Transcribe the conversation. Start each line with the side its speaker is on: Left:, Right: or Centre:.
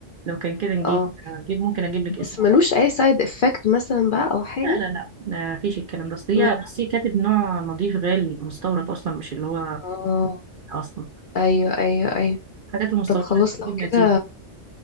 Right: لو كان كده نجيب
Left: اه
Right: نجيب ممكن اجيب لك اسمه
Left: بس ملوش
Right: بقى
Left: اي سايد افكت مثلا بقى او حاجه
Right: لا لا لا ما فيش الكلام ده اصل
Left: بجد؟
Right: هي بس هي كاتب نوع نظيف غالي مستورد اصلا مش اللي هو
Left: اه
Right: اصلا
Left: ايوه ايوه ايوه
Right: الحاجات المستورده
Left: طب خلاص
Right: دي بتجيب
Left: لو
Right: نتيجه
Left: كده